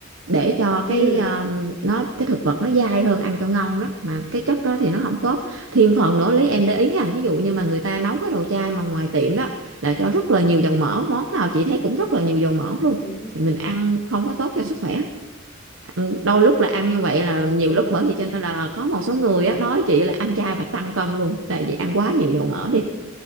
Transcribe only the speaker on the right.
để cho cái
um, nó cái thực vật nó dai hơn ăn cho ngon đó mà cái chất đó thì nó không tốt thêm phần nữa lý em để ý ha ví dụ như mà người ta nấu cái đồ chay mà ngoài tiệm đó là cho rất là nhiều dầu mỡ món nào chị thấy cũng rất là nhiều dầu mỡ luôn
thì mình ăn không có tốt cho sức khỏe Ăn- đôi lúc là ăn như vậy là nhiều
lúc
bởi vì cho nên là có một số người á nói chị là ăn chay và tăng cân luôn tại vì ăn quá nhiều dầu mỡ đi